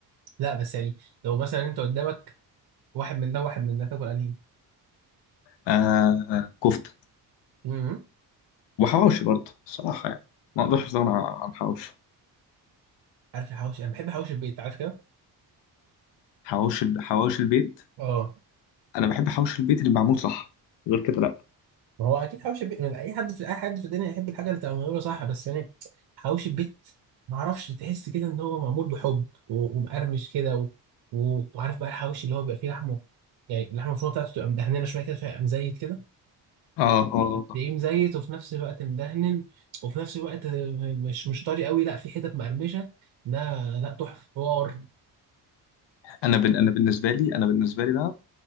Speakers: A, on the right; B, on the left.
A: لا بس يعني لو مثلا أنت قدامك واحد من ده واحد من ده تاكل أنهي؟
B: آه كفته
A: مم.
B: وحواوشي برضه الصراحه يعني ما اقدرش استغنى عن حواوشي
A: عارف الحواوشي أنا بحب حواوشي البيت عارف كده؟
B: حواوشي الب- حواوشي البيت
A: اه
B: انا بحب حواوشي البيت اللي معمول صح غير كده لا
A: ما هو اكيد حوش البيت من اي حد في اي حد في الدنيا يحب الحاجه اللي تبقى معموله صح بس يعني حوش البيت ما اعرفش تحس كده ان هو معمول بحب و- ومقرمش كده و... و... وعارف بقى الحوش اللي هو بيبقى فيه لحمه يعني اللحمه المفرومه بتاعته تبقى مدهنه شويه كده فيبقى مزيت كده
B: اه اه طب.
A: تلاقيه مزيت وفي نفس الوقت مدهن وفي نفس الوقت مش مش طري قوي لا في حتت مقرمشه ده لا تحفه حوار
B: انا بن... انا بالنسبه لي انا بالنسبه لي بقى